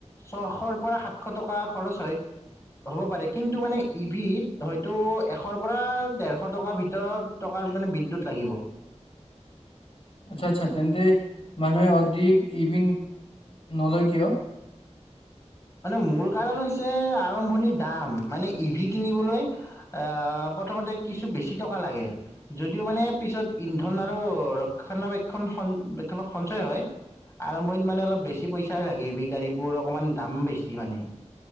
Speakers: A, on the left (about 25°); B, on the left (about 55°).
A: ছশৰ পৰা সাতশ টকা খৰচ হয়। হ'ব পাৰে। কিন্তু ইভিত হয়তো এশৰ পৰা দেৰশ টকাৰ ভিতৰত টকাৰ মানে বিদ্যুৎ লাগিব।
B: আচ্ছা, আচ্ছা তেন্তে মানুহে অধিক ইভিন নলয় কিয়?
A: মানে মূল কাৰণ হৈছে আৰম্ভণিৰ দাম, মানে ই, ভি, কিনিবলৈ আহ, প্ৰথমতে কিছু বেছি টকা লাগে। যদিও মানে পিছত ইন্ধন আৰু ৰক্ষণাবেক্ষণ বিকলত সঞ্চয় হয়। আৰম্ভণিত মানে অলপ বেছি পইচাই লাগে, হেবি গাড়ীবোৰ অকণমান দাম বেছি মানে।